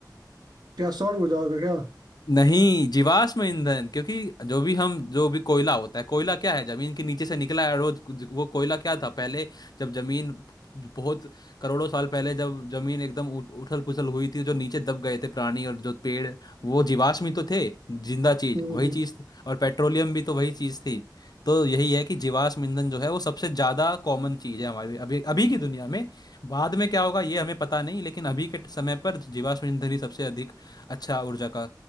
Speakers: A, on the right; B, on the left.
A: क्या सौर ऊर्जा होगा क्या
B: नहीं जीवाश्म ईंधन क्योंकि जो भी हम जो भी कोयला होता है कोयला क्या है जमीन के नीचे से निकला है रोज वो कोयला क्या था पहले जब जमीन बहुत करोड़ों साल पहले जब जमीन एकदम उठ, उथल पुथल हुई थी जो नीचे दब गए थे प्राणी और जो पेड़ वो जीवाश्म ही तो थे जिंदा चीज
A: हम्म
B: वही
A: हम्म,
B: चीज और पेट्रोलियम भी तो वही चीज थी तो यही है कि जीवाश्म ईंधन जो है वो सबसे ज्यादा कॉमन चीज है हमारी अभी अभी की दुनिया में बाद में क्या होगा ये हमें पता नहीं लेकिन अभी के समय पर जीवाश्म ईंधन ही सबसे अधिक अच्छा ऊर्जा का